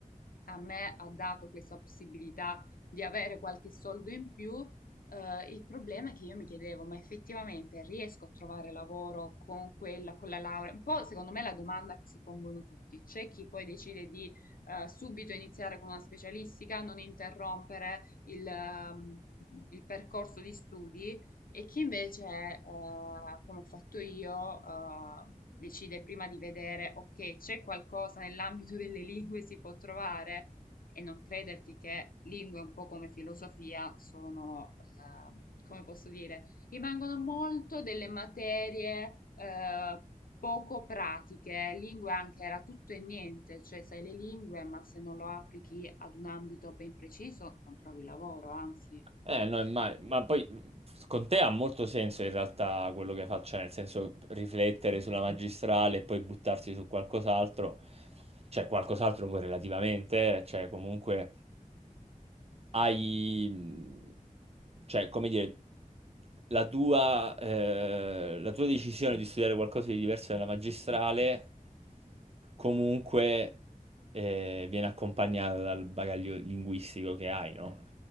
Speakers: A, on the left (about 85°); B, on the right (about 45°).
A: a me ha dato questa possibilità di avere qualche soldo in più. eh, il problema è che io mi chiedevo, ma effettivamente riesco a trovare lavoro con quella, con la laurea? Un po' secondo me è la domanda che si pongono tutti. C'è chi poi decide di eh, subito iniziare con una specialistica, non interrompere il, ehm, il percorso di studi. E chi invece, eh, come ho fatto io, eh, decide prima di vedere, ok, c'è qualcosa nell'ambito delle lingue si può trovare e non crederti che lingue un po' come filosofia sono, ehm, come posso dire, rimangono molto delle materie eh, poco pratiche. Lingue anche era tutto e niente, cioè sai le lingue, ma se non lo applichi ad un ambito ben preciso non trovi lavoro, anzi,
B: Eh, no, imma- ma poi mh, con te ha molto senso in realtà quello che faccio, cioè, nel senso riflettere sulla magistrale e poi buttarsi su qualcos'altro, cioè qualcos'altro poi relativamente, cioè comunque hai, mh, cioè come dire, la tua, eh, la tua decisione di studiare qualcosa di diverso nella magistrale comunque eh, viene accompagnata dal bagaglio linguistico che hai, no?